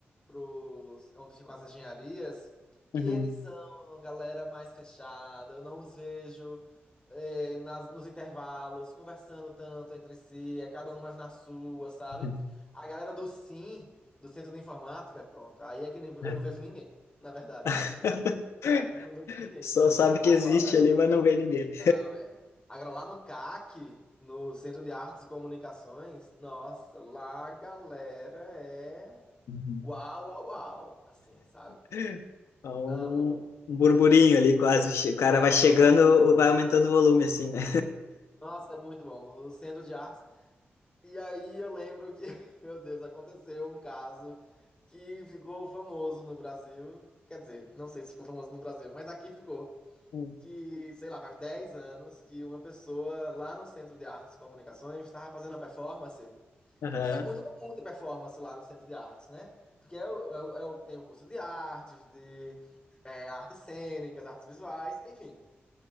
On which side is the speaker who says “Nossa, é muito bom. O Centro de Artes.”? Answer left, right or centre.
Left